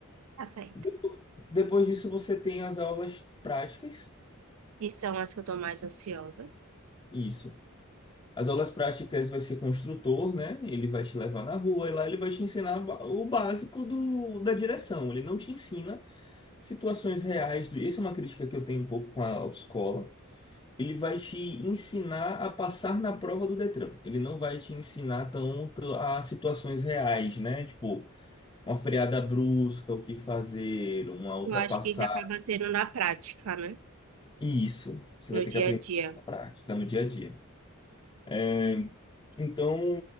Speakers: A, on the right (about 75°); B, on the left (about 20°).
A: Tá certo.
B: Depo- Depois disso, você tem as aulas práticas.
A: E são as que eu tô mais ansiosa.
B: Isso. As aulas práticas vai ser com o instrutor, né? Ele vai te levar na rua e lá ele vai te ensinar ba- o básico do, da direção. Ele não te ensina situações reais. do- Isso é uma crítica que eu tenho um pouco com a autoescola. Ele vai te ensinar a passar na prova do Detran. Ele não vai te ensinar tanto a situações reais, né? Tipo, uma freada brusca, o que fazer, uma ultrapassagem
A: Eu acho que isso acaba sendo na prática, né?
B: E isso, você vai
A: No
B: ter que
A: dia
B: aprender
A: a dia.
B: isso na prática, no dia a dia. É, então,